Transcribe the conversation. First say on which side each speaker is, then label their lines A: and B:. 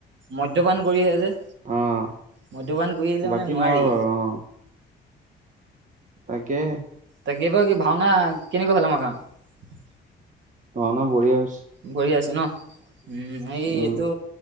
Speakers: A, on the right; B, on the right.
A: মদ্যপান কৰিহে যে।
B: আহ
A: মদ্যপান কৰি আহিলে
B: বাকী
A: মানে নোৱাৰি
B: নোৱাৰো আৰু অঁ। তাকেহে।
A: তাকে বাৰু কি ভাওঁনা কেনেকুৱা হ'ল আমাৰ গাওঁ?
B: ভাওঁনা বঢ়িয়া আছ।
A: বঢ়িয়া আছে ন উম এই
B: উম,
A: এইটো